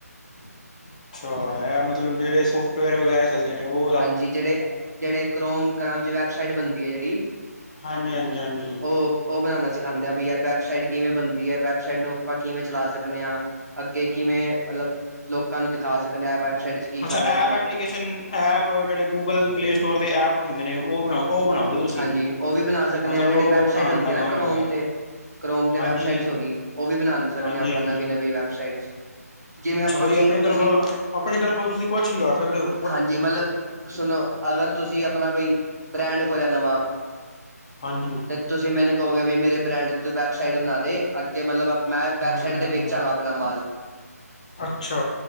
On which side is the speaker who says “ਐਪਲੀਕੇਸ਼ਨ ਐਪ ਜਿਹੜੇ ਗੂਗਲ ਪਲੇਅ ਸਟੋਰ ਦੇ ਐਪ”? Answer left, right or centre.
Left